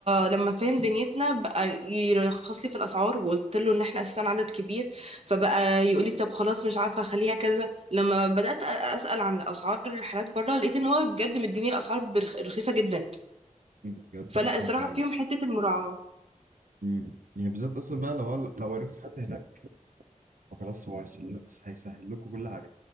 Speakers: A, on the right (about 50°); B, on the right (about 80°).
A: لما فهم دنيتنا بقى يرخص لي في الأسعار وقلت له إن احنا أساسا عدد كبير فبقى يقول لي طب خلاص مش عارفة أخليها كذا لما بدأت أسأل عن أسعار الرحلات بره لقيت إن هو بجد مديني الأسعار برخ- رخيصة جدا
B: بجد
A: فلا
B: احسن
A: الصراحة
B: حاجة
A: فيهم حتة المراعاة
B: مم. يعني بالذات اصلا بقى لو لو عرفت حد هناك فخلاص هو هيسهل هيسهل لكم كل حاجة